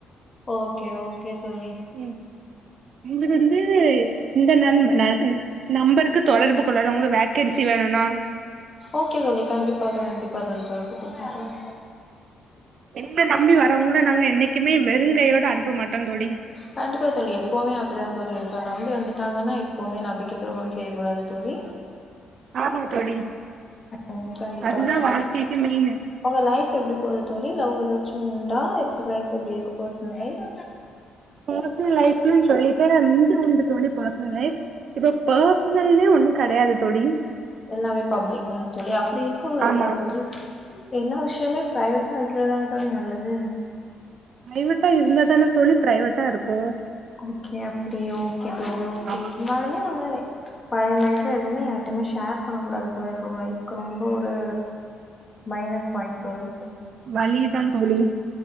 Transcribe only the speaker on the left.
ஓக்கே ஓக்கே தோழி
ஓகே தோழி கண்டிப்பாக கண்டிப்பாக தோழி ம் ம் ம்
கண்டிப்பா தோழி எப்பவுமே அப்படிதான் தோழி இருக்கனும் நம்பி வந்துட்டாங்கன்னா எப்பவுமே நம்பிக்கை துரோகம் செய்யக்கூடாது தோழி
உம் கண்டிப்பா
உங்க லைஃப் எப்படி போகுது தோழி லவ் ஏதாச்சும் உண்டா எப்படி லைஃப் எப்படி இருக்கு பெர்சனல் லைஃப்
எல்லாமே பப்ளிக் தான் தோழி அப்படி இருக்கு கூடதுல
தோழி எல்லா விஷயமே பிரைவேட்டா வைக்கிறது தான தோழி நல்லது
ஓகே அப்டியா ஓகே தோழி ஓகே
இருந்தாலுமே நம்ம பழைய லைஃப்ல எதுவுமே யாருட்டையுமே ஷேர் பண்ணக்கூடாது தோழி அது ஒரு லைக் ரொம்ப ஒரு மைனஸ் பாய்ண்ட் தோழி